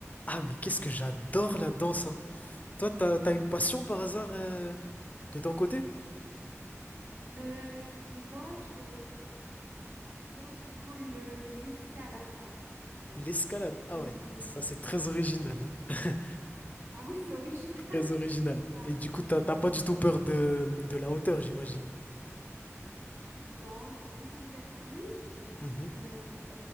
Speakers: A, on the left; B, on the right.
A: Ah, mais qu'est-ce que j'adore la danse, hein. Toi, t'as, t'as une passion par hasard euh, de ton côté?
B: Euh, moi, j'aime bien plutôt le l'escalade, par exemple, tu vois.
A: L'escalade.
B: Je...
A: Ah ouais, ça c'est très original, hein. <laughs>
B: Ah oui, c'est original.
A: Très
B: <laughs>
A: original.
B: Bah
A: Et du coup, t'as t'as pas du tout peur de, de la hauteur, j'imagine.
B: non, j'ai pas du tout le vertige.
A: Mhm.
B: Euh,